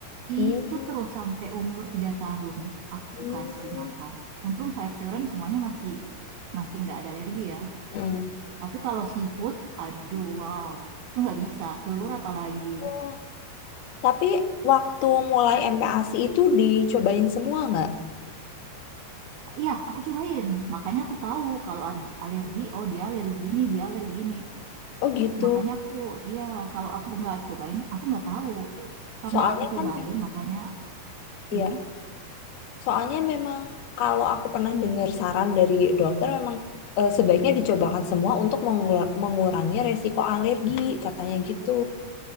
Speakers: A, on the left (about 70°); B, on the right (about 65°).
A: hmm.
B: Itu terus sampai umur 3 tahun aku
A: Hmm.
B: kasih makan. Untung sayur-sayuran semuanya masih masih nggak ada alergi ya.
A: Mm.
B: Tapi kalau seafood, aduh wow, itu nggak bisa. Telur apalagi.
A: Oh, tapi waktu mulai MPASI itu dicobain semua nggak?
B: Ya, aku cobain. Makanya aku tahu kalau alergi, oh dia alergi ini, dia alergi ini.
A: Oh gitu.
B: Makanya aku, ya kalau aku nggak cobain, aku nggak tahu. Karena
A: Soalnya
B: aku cobain,
A: kan memang,
B: makanya,
A: ya.
B: ya,
A: Soalnya memang kalau aku pernah dengar saran dari dokter memang eh, sebaiknya dicobakan semua untuk mengular- mengurangi resiko alergi, katanya gitu.